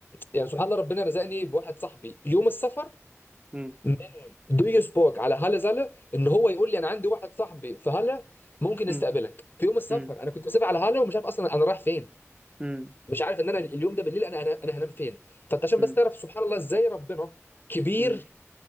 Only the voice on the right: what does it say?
امم
امم
مم.
مم.
مم.
مم.